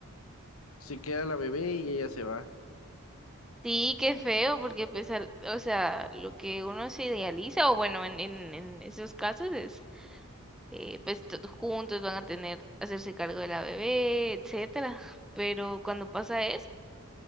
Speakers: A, on the left; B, in the centre.
A: se queda la bebé y ella se va.
B: Sí, qué feo, porque pues, al- o sea, lo que uno se idealiza, o bueno, en, en, en esos casos es, eh, pues todos juntos van a tener, hacerse cargo de la bebé, etcétera. Pero cuando pasa eso,